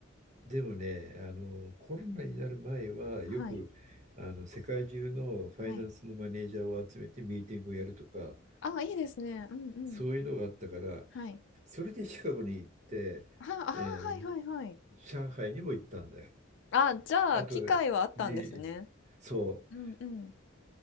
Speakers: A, on the right; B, on the left.
A: でもね、あの、コロナになる前は、
B: はい。
A: よく、あの、世界中のファイナンスのマネージャーを集めてミーティングをやるとか、
B: はい。ああ、いいですね。うんうん。
A: そういうのがあったから、
B: はい。
A: それでシカゴに行って、
B: は、ああ、
A: えー
B: はいはいはい。
A: 上海にも行ったんだよ。
B: ああ、じゃあ、
A: あと、
B: 機会はあったんですね。
A: に、そう、
B: うんうん。